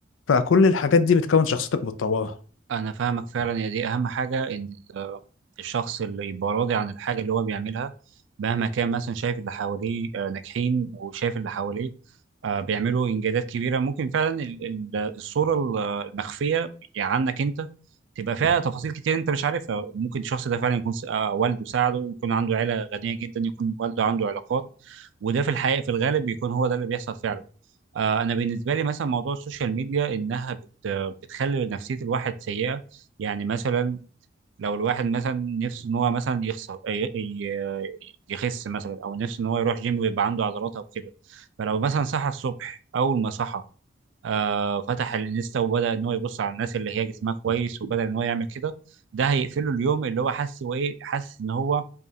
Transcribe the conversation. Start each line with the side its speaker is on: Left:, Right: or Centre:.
Left: فكل الحاجات دي بتكون شخصيتك بتطورها
Right: انا فاهمك فعلا يا دي اهم حاجه ان ال- الشخص اللي يبقى راضي عن الحاجه اللي هو بيعملها مهما كان مثلا شايف اللي حواليه آه، ناجحين وشايف اللي حواليه آه، بيعملوا انجازات كبيره ممكن فعلا ال- ال- الصوره ال- المخفيه يعني عنك انت تبقى فيها تفاصيل كتير انت مش عارفها ممكن الشخص ده فعلا يكون س- آه، والده ساعده يكون عنده عيله غنيه جدا يكون والده عنده علاقات وده في الحقيقه في الغالب بيكون هو ده اللي بيحصل فعلا آه، انا بالنسبه لي مثلا موضوع السوشيال ميديا انها بت بتخلي نفسيه الواحد سيئه يعني مثلا لو الواحد مثلا نفسه ان هو مثلا يخسر ي- ي- يخس مثلا او نفسه ان هو يروح جيم ويبقى عنده عضلات او كده فلو مثلا صحى الصبح اول ما صحى آه فتح الانستا وبدا ان هو يبص على الناس اللي هي جسمها كويس وبدا ان هو يعمل كده ده هيقفله اليوم اللي هو حس وايه حس ان هو